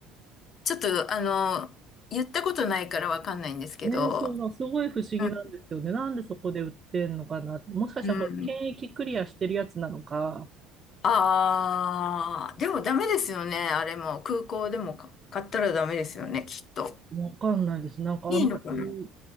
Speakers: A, on the left; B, on the right.
A: ちょっと、あの、言ったことないからわかんないんですけど、
B: ね、そう、すごい不思議なんですよね。
A: うん
B: なんでそこで売ってんのかな。もしかしたら、
A: うん。
B: 検疫クリアしてるやつなのか、
A: ああ、でもダメですよね。あれも、空港でもか買ったらダメですよね、きっと。
B: わかんないです。なんかあんまり
A: いいのかな